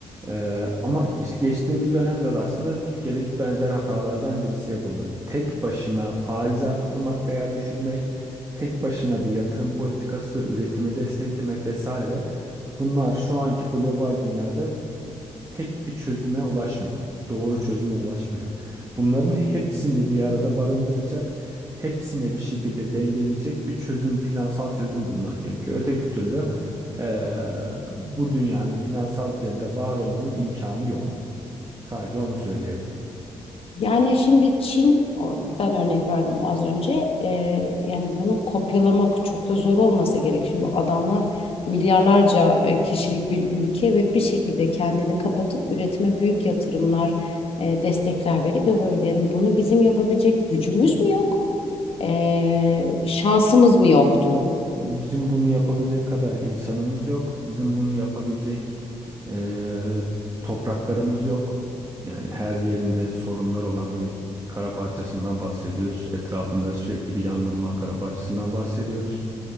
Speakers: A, on the right; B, on the left.
A: Ee, ama işte geçtiğimiz dönemde de aslında Türkiye'deki benzer hatalardan birisi yapıldı. Tek başına faiz arttırmak veya düşürmek, tek başına bir yatırım politikası, üretimi desteklemek vesaire. Bunlar şu anki global dünyada tek bir çözüme ulaşmıyor. Doğru çözüme ulaşmıyor. Bunların hepsini bir arada barındıracak, hepsine bir şekilde dengeleyecek bir çözüm, finansal çözüm bulman gerekiyor. Öteki türlü eee, bu dünyanın finansal düzeninde var olmanın imkanı yok. Sadece onu söyleyebilirim.
B: Yani şimdi Çin'den örnek verdim az önce. Ee, yani bunu kopyalamak çok da zor olmasa gerek. Şimdi adamlar milyarlarca e, kişilik bir ülke ve bir şekilde kendini kapatıp üretime büyük yatırımlar, e, destekler verip yapabilir. Yani bunu bizim yapabilecek gücümüz mü yok? Ee, şansımız mı yoktu?
A: Bizim bunu yapabilecek kadar insanımız yok. Bizim bunu yapabilecek eee, topraklarımız yok. Yani her yerinde sorunlar olan bir kara parçasından bahsediyoruz. Etrafında sürekli bir yangın olan kara parçasından bahsediyoruz.